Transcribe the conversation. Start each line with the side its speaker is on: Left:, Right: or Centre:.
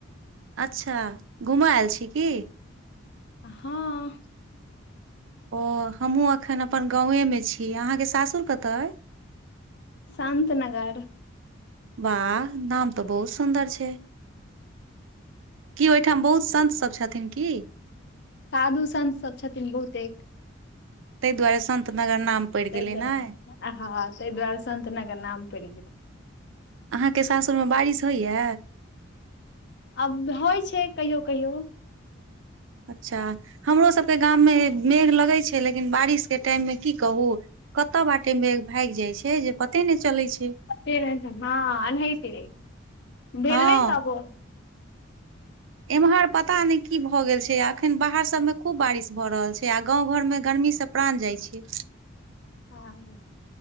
Right: अच्छा घूमऽ आयल छी की?
Left: आ हॅं
Right: ओ हमहुँ अखन अपन गाँवेमे छी अहाँके सासुर कतऽ अइ?
Left: शान्तनगर
Right: वाह नाम तऽ बहुत सुन्दर छै। की ओहिठाम बहुत सन्त सभ छथिन की?
Left: साधु संत सब छथिन बहुतेक
Right: ताहि दुआरे संत नगर नाम पड़ि
Left: त आ
Right: गेलै ने
Left: हा हा ताहि दुआरे संत नगर नाम पड़ि गेल।
Right: अहाँके सासुरमे बारिश होइयै?
Left: अब होइ छै कहियो कहियो।
Right: अच्छा हमरोसभके गाममे मेघ लगै छै लेकिन बारिशके टाइममे की कहू कतय बाटे मेघभागि जाइ छै जे पते नहि चलै छै।
Left: फेर हेतै हॉं अनहैते भेललै
Right: हँ
Left: तब ओ
Right: एम्हर पता नहि की भऽ गेल छै अखन बाहर सभमे खूब बारिश भऽ रहल छै आ गाँव घर मे गर्मी स प्राण जाइ छै।
Left: हँ